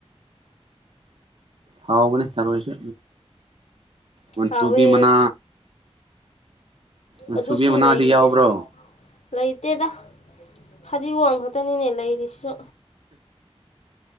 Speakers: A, on the right; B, on the left.
A: ꯍꯥꯎꯕꯅꯦ ꯇꯔꯣꯏꯁꯨ ꯃꯟꯁꯨꯨꯕꯤ
B: ꯍꯥꯎꯋꯦ
A: ꯃꯅꯥ ꯃꯟꯊ꯭ꯔꯨꯕꯤ
B: ꯑꯗꯨꯁꯨ
A: ꯃꯅꯥꯗꯤ
B: ꯂꯩꯗꯤꯦ
A: ꯌꯥꯎꯕ꯭ꯔꯣ
B: ꯂꯩꯇꯦꯗ ꯐꯗꯤꯒꯣꯝ ꯈꯛꯇꯅꯤꯅꯦ ꯂꯩꯔꯤꯁꯤꯁꯨ